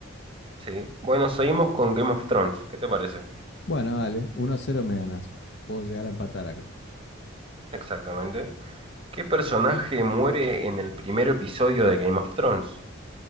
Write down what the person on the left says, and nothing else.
Bueno, dale, uno a cero me ganas. Puedo llegar a empatar acá.